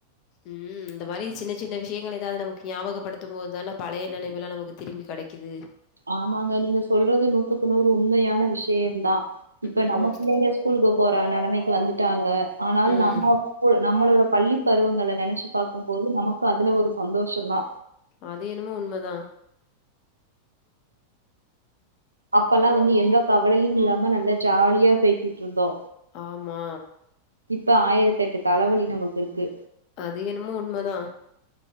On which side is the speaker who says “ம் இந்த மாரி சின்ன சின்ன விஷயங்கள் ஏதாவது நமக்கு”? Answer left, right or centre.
Left